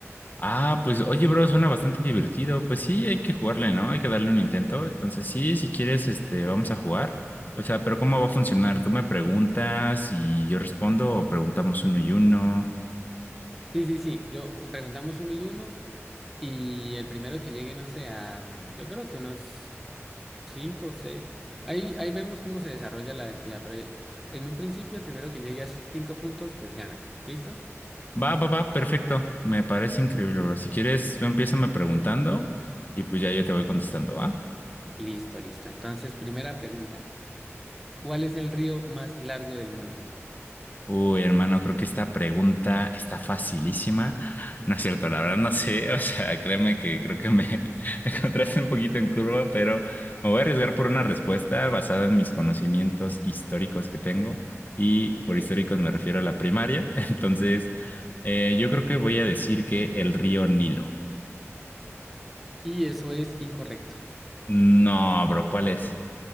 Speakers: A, on the left; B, in the centre.
A: Ah, pues oye, bro, suena bastante divertido. Pues sí, hay que jugarle, ¿no? Hay que darle un intento. Entonces, sí, si quieres, este, vamos a jugar. O sea, pero ¿cómo va a funcionar? ¿Tú me preguntas y yo respondo o preguntamos uno y uno?
B: Sí, sí, sí, yo preguntamos uno y uno y el primero que llegue, no sé, a, yo creo que unos... Cinco, seis. Ahí, ahí vemos cómo se desarrolla la actividad, pero en un principio, el primero que llegue a cinco puntos, pues gana. ¿Listo?
A: Va, va, va, perfecto. Me parece increíble, bro. Si quieres, tú empiézame preguntando y pues ya yo te voy contestando, ¿va?
B: Listo, listo. Entonces, primera pregunta. ¿Cuál es el río más largo del mundo?
A: Uy, hermano, creo que esta pregunta está facilísima. No es cierto, la verdad no sé. <laughs> O sea, créeme que creo que me, <laughs> me encontraste un poquito en curva, pero me voy a arriesgar por una respuesta basada en mis conocimientos históricos que tengo. Y por históricos me refiero a la primaria. <laughs> Entonces, eh, yo creo que voy a decir que el río Nilo.
B: Y eso es incorrecto.
A: No, bro, ¿cuál es?